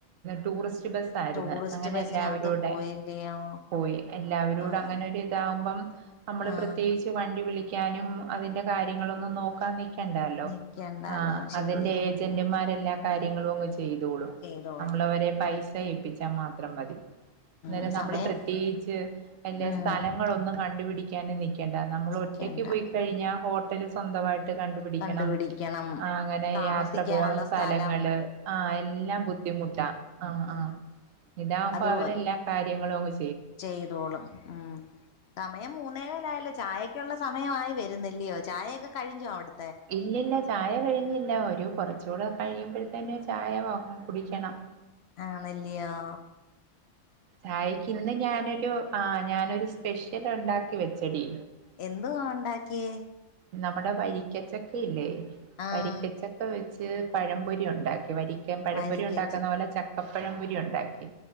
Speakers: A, on the right (about 85°); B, on the left (about 65°).
A: ടൂറിസ് സ്റ്റ് ബസായിരുന്ന്
B: ടൂറിസ്റ്റ്
A: അങ്ങനെ
B: ബസ്സിനകത്ത്
A: എല്ലാവരുടെ
B: പോയല്ലയോ
A: പോയി എല്ലാവരുടെ
B: ആഹ്
A: അങ്ങനെ ഒരിതാവുമ്പം നമ്മള്
B: ആഹ്
A: പ്രത്യേകിച്ച് വണ്ടി വിളി ക്കാനും അതിന്റെ കാര്യങ്ങളൊന്നും നോക്കാൻ നിക്കാ ക്കണ്ടാലോ
B: നിക്കണ്ടാലോ
A: ആ അതിൻ്റെ
B: ശരിയാ
A: ഏജൻ്റുമാരെല്ലാം കാര്യങ്ങളും അങ്ങ് ചെയ്യും തോളും
B: ചെയ്തോളും
A: നമ്മളവരെ പൈസ ഏപ്പിച്ചാ മാത്രം മതി അന്നേരം
B: ഉം
A: നമ്മള്
B: സമയം
A: പ്രത്യേകിച്ച് അല്ല
B: ഉം
A: സ്ഥലങ്ങളൊന്നും കണ്ടുപിടിക്ക ക്കാനും നിക്ക ണ്ട നമ്മള്
B: നിക്കണ്ട
A: ഒറ്റയ്ക്ക് പോയി കഴിഞ്ഞ ഹോട്ടലിൽ സ്വന്തമായി ട്ട് കണ്ട് പിടിക്കണം
B: കണ്ടുപിടിക്കണം
A: അങ്ങനെ
B: താമസിക്കാനുള്ള
A: യാത്ര പോവുന്ന സ്‌ഥല
B: സ്ഥലം
A: ങ്ങള് ആ എല്ലാം ബുദ്ധിമുട്ടാ ആ
B: ഉം
A: ആ ഇതാവുമ്പോ
B: അതുപോലെ
A: അവരെല്ലാ കാര്യങ്ങളും അങ്ങ്
B: ചെയ്തോളും ഉം സമയം മൂന്നേ ഇല്ലല്ലാ ചായക്കുള്ള സമയായി വരുന്നില്ലയോ ചായയൊക്കെ കഴിഞ്ഞോ അവിടു
A: ഇല്ലില്ല ചായ കഴിഞ്ഞില്ല ഒരു കൊറ ച്ചൂടെ കഴിയുമ്പഴ്ത്തേനും ചായ കുടിക്കണം
B: ആഹ്ണല്ലിയാ
A: ചായക്ക് ഇന്ന് ഞാനൊരു ആ ഞാനൊരു സ്പെഷ്യൽ ഉണ്ടാക്കി വെച്ചടി
B: എന്തുവാ ഉണ്ടാക്കിയേ
A: നമ്മുടെ വരിക്കച്ചക്ക ഇല്ലേ
B: ആഹ്
A: വരിക്കച്ചക്ക വെച്ച് ച്ച് പഴംപൊരി ഉണ്ടാക്കി വരിക്കൻ പഴംപൊരി
B: വരിക്കച്ച്
A: ഉണ്ടാക്കുന്ന പോലെ ചക്കപ്പഴംപൊരി ഉണ്ടാക്കി